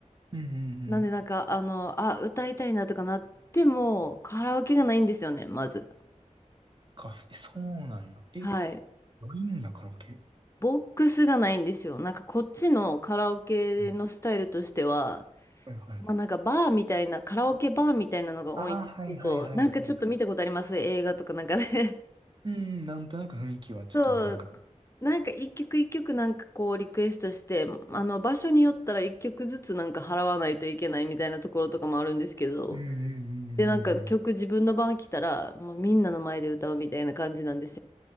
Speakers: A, on the right (about 40°); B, on the left (about 20°).
A: い。うんうんうん。
B: なんでなんか、あの、あ、歌いたいなとかなっても、カラオケがないんですよね、まず。
A: か、えそうなんや。え、
B: はい。
A: ないんや、カラオケ。
B: ボックスがないんですよ。なんかこっちのカラオケのスタイルとしては、
A: うんはいはい。
B: まあなんかバーみたいな、カラオケバーみたいなのが多いんですけど、
A: ああ、はいはいはいはいはい。
B: なんかちょっと見たことあります映画とかなんかね。
A: うん、なんとなく雰囲気はちょっとわかるかも。
B: <laughs> そう。なんか一曲一曲なんかこうリクエストして、あの場所によったら一曲ずつなんか払わないといけないみたいなところとかもあるんですけど、
A: うんうんうんうんうん
B: で、なんか曲自分の番来たら、もうみんなの前で歌うみたいな感じなんですよ。